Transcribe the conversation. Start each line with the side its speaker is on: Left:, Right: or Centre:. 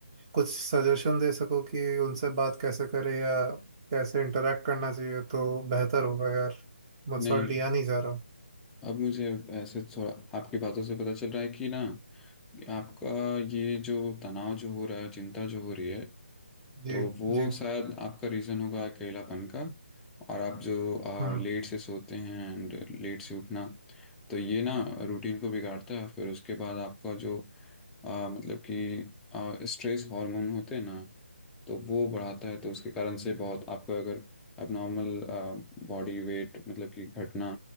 Right: कुछ सजेशन दे सको कि उनसे बात कैसे करें या कैसे इंटरेक्ट करना चाहिए तो बेहतर होगा यार मुझसे
Centre: नहीं
Right: और लिया नहीं जा रहा
Centre: अब मुझे ऐसे थोड़ा आपकी बातों से पता चल रहा है कि ना आपका ये जो तनाव जो हो रहा है चिंता जो हो रही है
Right: जी
Centre: तो वो
Right: जी
Centre: शायद आपका रीज़न होगा अकेलापन का और आप जो
Right: हम्म
Centre: लेट से सोते हैं एंड लेट से उठना तो ये ना रूटीन को बिगाड़ता है फिर उसके बाद आपका जो आ, मतलब कि स्ट्रेस हार्मोन होते हैं ना तो वो बढ़ाता है तो उसके कारण से बहुत आपका अगर नॉर्मल बॉडी वेट मतलब कि घटना